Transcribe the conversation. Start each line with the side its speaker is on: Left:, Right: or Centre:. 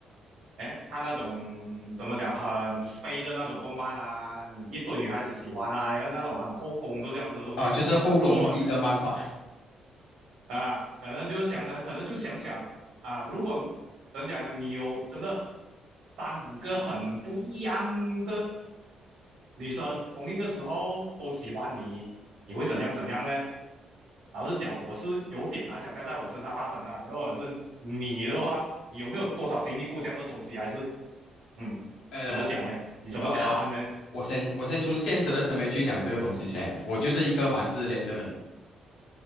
Right: 哎，看那种怎么讲很飞的那种动漫啊，你一堆女孩子喜欢啊，然后那种很后宫都这样子的东西。
Left: 啊，就是后宫系的漫画，
Right: 如果你啊，可能就想啊，可能就想想啊，如果怎么讲啊，你有真的三五个很不一样的女生，同一个时候都喜欢你，你会怎样怎样呢？老实讲，我是有点难想象在我身上发生啊。如果是你的话，你有没有多少经历过这样的东西？还是嗯，
Left: 呃。
Right: 怎么讲呢？你怎么看呢？
Left: 呃，我先我先从现实的层面去讲这个东西先。我就是一个蛮自恋的人，